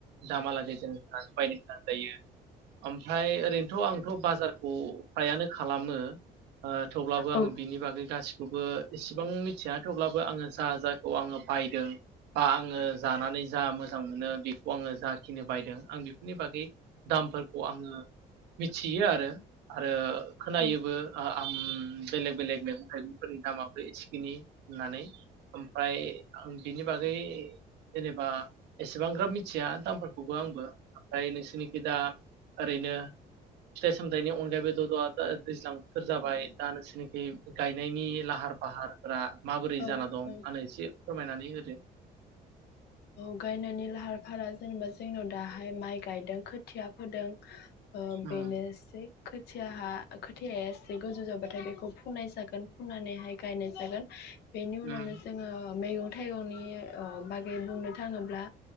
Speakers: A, on the right (about 85°); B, on the left (about 75°).
A: दामालागै जों होनानै बायनो गोनां जायो। ओमफ्राय ओरैनोथ आंथ बाजारखौ फ्रायानो खालामो। ओ थेवब्लाबो
B: औ
A: आङो बिनि बागै गासि खौबो इसेबां मिथिया थेवब्लाबो आङो जा जाखौ आङो बायदों बा आङो जानानै जा मोजां मोनो बेखौ आङो जाखिनि बायदों आं बेफोरनि बागै दामफोर खौ आङो मिथियो आरो आरो खोनायोबो
B: औ
A: ओ आम बेलेग बेलेग मैगं थाइगं फोरनि दामाबो एसेखिनि होननानै ओम ओमफ्राय आं बिनि बागै जेनेबा एसेबांग्राब मिथिया दामफोरखौबो आंबो ओमफ्राय नोंसोरनिखि दा ओरैनो फिथाइ सामथायाइनि अनगायैबो ज ज दा दैज्लां बोथोर जाबाय दा नोंसोरनिखि गायनायनि लाहार फाहारफोरा माबोरै
B: औ
A: जाना दं
B: औ
A: आंनो एसे फोरमायनानै होदो।
B: औ गायनायनि लाहार फाहा जेनेबा जोंनाव दाहाय माइ गायदों खोथिया फोदों ओ
A: उम
B: बेनोसै। खोथियाहा ओ खोथिया एसे गोजौ जाबाथाय बेखौ फुनाय जागोन फुननानै हाय गायनाय जागोन बेनि
A: उम
B: उनावनो जोङो मैगं थाइगंनि ओ बा खै बुंनो थाङोब्ला